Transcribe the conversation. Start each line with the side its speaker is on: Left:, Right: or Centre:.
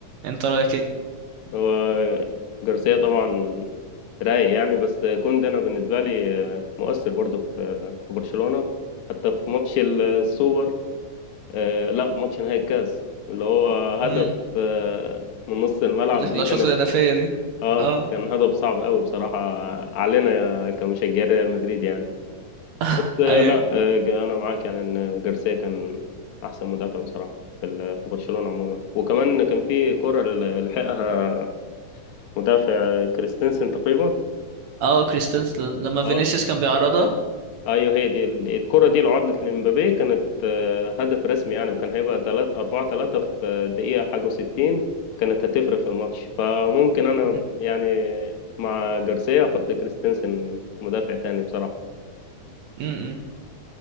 Right: انت رأيك
Left: هو جارسيا طبعا رايق يعني بس كوندي أنا بالنسبة لي آه، مؤثر برضه في آه، في برشلونة حتى في ماتش السوبر آه، لا ماتش نهائي الكاس اللي هو هدف
Right: ايه
Left: آه، من نص الملعب
Right: اللي في
Left: دي
Right: الاشواط
Left: كانت
Right: الاضافيه دي
Left: اه
Right: اه
Left: كان هدف صعب قوي بصراحة علينا كمشجعين ريال مدريد يعني
Right: <laughs>
Left: بس آه،
Right: ايوه
Left: لا آه، انا معاك يعني ان جارسيا كان احسن مدافع بصراحه في ال- في برشلونه عموما وكمان كان في كره ل- لحقها مدافع كريستنسن تقريبا
Right: اه كريستنس لما
Left: اه
Right: فينيسيوس كان بيعرضها
Left: ايوه هي دي ال- الكره دي لو عدت لمبابي كانت آه، هدف رسمي يعني وكان هيبقى 3 4 3 في الدقيقه حاجه و60 كانت هتفرق في الماتش فممكن انا
Right: مم.
Left: يعني مع جارسيا احط كريستنسن مدافع تاني بصراحه
Right: مم.